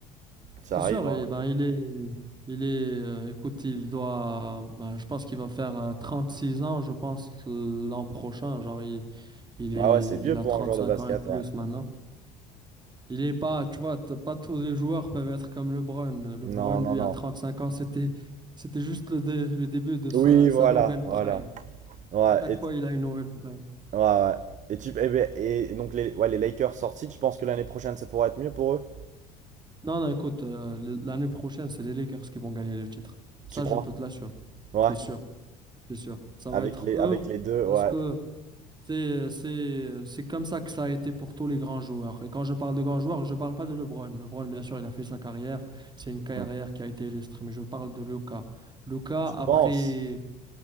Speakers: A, on the right (about 35°); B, on the right (about 20°).
A: ça
B: C'est
A: arrive.
B: sûr,
A: hein.
B: et ben, il est, il est, euh, écoute, il doit, ben, je pense qu'il va faire euh, six ans, je pense, l'an prochain. Genre, il, il
A: Ah
B: est,
A: ouais, c'est
B: il
A: vieux
B: a
A: pour
B: 35
A: un joueur de basket,
B: ans et plus
A: ouais.
B: maintenant. Il est pas, tu vois, t- pas tous les joueurs peuvent être comme LeBron. LeBron,
A: Non, non,
B: lui,
A: non.
B: à cinq ans, c'était, c'était juste le, dé- le début de sa,
A: Oui,
B: sa
A: voilà,
B: nouvelle
A: voilà.
B: prime.
A: Ouais,
B: Chaque
A: et,
B: fois, il a une nouvelle prime.
A: ouais, ouais. Et tu, eh ben, et donc les, ouais, les Lakers sortis, tu penses que l'année prochaine ça pourrait être mieux pour eux?
B: Non, non, écoute, euh, l- l'année prochaine, c'est les Lakers qui vont gagner le titre. Ça,
A: Tu crois?
B: je peux te l'assurer.
A: Ouais,
B: C'est sûr, c'est sûr. Ça
A: avec
B: va être
A: les, avec
B: eux
A: les deux,
B: parce
A: ouais.
B: que c'est, c'est, c'est comme ça que ça a été pour tous les grands joueurs. Et quand je parle de grands joueurs, je parle pas de LeBron. LeBron, bien sûr, il a fait sa carrière. C'est une carrière
A: Mhm.
B: qui a été illustre. Mais je parle de Luka. Luka,
A: Tu
B: après.
A: penses?